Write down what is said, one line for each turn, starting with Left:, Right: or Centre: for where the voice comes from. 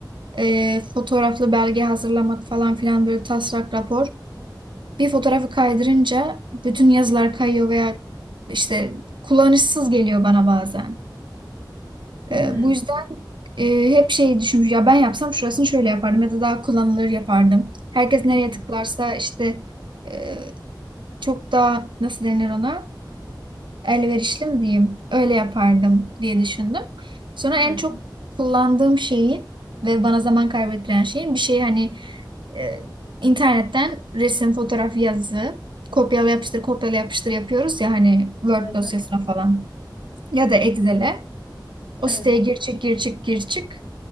Right: e, fotoğraflı belge hazırlamak falan filan böyle taslak rapor. Bir fotoğrafı kaydırınca bütün yazılar kayıyor veya işte kullanışsız geliyor bana bazen.
Left: Hmm.
Right: Ee, bu yüzden e, hep şeyi düşünmüş. Ya ben yapsam şurasını şöyle yapardım ya da daha kullanılır yapardım. Herkes nereye
Left: Hı
Right: tıklarsa
Left: hı.
Right: işte e, çok daha nasıl denir ona elverişli mi diyeyim öyle yapardım diye düşündüm. Sonra
Left: Hı
Right: en
Left: hı.
Right: çok kullandığım şeyin ve bana zaman kaybettiren şeyin bir şey hani e, internetten resim, fotoğraf, yazı kopyala yapıştır kopyala yapıştır yapıyoruz ya hani Word
Left: Evet.
Right: dosyasına
Left: Evet.
Right: falan ya da Excel'e. O
Left: Evet.
Right: siteye gir çık gir çık gir çık.